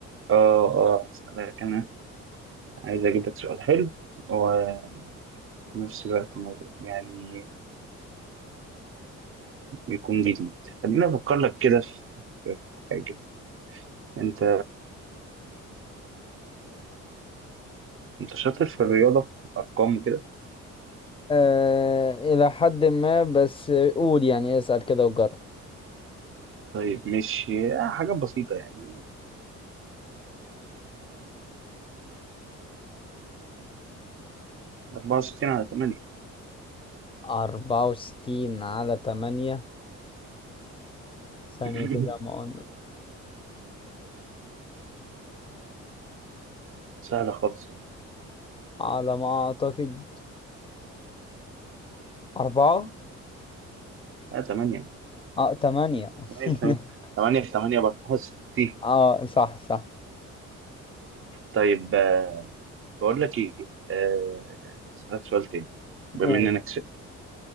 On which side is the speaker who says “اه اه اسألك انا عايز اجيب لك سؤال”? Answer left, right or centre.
Right